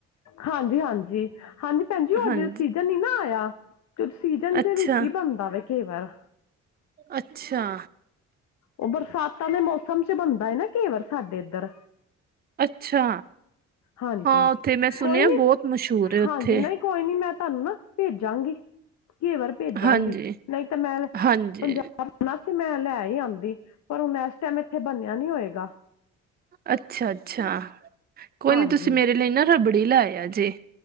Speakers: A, on the left; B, on the right.
A: ਹਾਂਜੀ-ਹਾਂਜੀ, ਹਾਂਜੀ ਭੈਣ ਜੀ
B: ਹਾਂਜੀ
A: ਏਧਰ ਸੀ। ਸੀਜਨ ਨੀ ਨਾ ਆਯਾ, ਸੀਜਨ
B: ਅੱਛਾ
A: ਦੇ ਵਿੱਚ ਈ ਬਨਦਾ ਵੇ ਕੇਵਰ।
B: ਅੱਛਾ।
A: ਓ ਬਰਸਾਤਾਂ ਦੇ ਮੌਸਮ ਚ ਬਨਦਾ ਏ ਨਾ ਕੇਵਰ, ਸਾਡੇ ਏਧਰ।
B: ਅੱਛਾ,
A: ਹਾਂਜੀ
B: ਹਾਂ ਓਥੇ ਮੈਂ ਸੁਨੇਆ
A: ਕੋਈ ਨੀ
B: ਬੋਤ ਮਸ਼ੁਰ ਐ ਉੱਥੇ।
A: ਹਾਂਜੀ ਨਹੀਂ ਕੋਈ ਨੀ ਮੈਂ ਤਾਨੂੰ ਨਾ ਭੇਜਾਂਗੀ, ਘੇਵਰ ਭੇਜਾਂਗੀ
B: ਹਾਂਜੀ
A: ਨਈਂ ਤਾਂ ਮੈਂ
B: ਹਾਂਜੀ।
A: ਪੰਜਾਬ ਸੀ ਮੈਂ ਲੈ ਈ ਆਂਦੀ ਪਰ ਹੁਨ ਏਸ ਟੈਮ ਏਥੇ ਬਨੇਆ ਨੀ ਹੋਏਗਾ।
B: ਅੱਛਾ-ਅੱਛਾ, ਕੋਈ
A: ਹਾਂਜੀ
B: ਨੀ ਤੁਸੀਂ ਮੇਰੇ ਲਈ ਨਾ ਰਬੜੀ ਲੈਯਾ ਜੇ।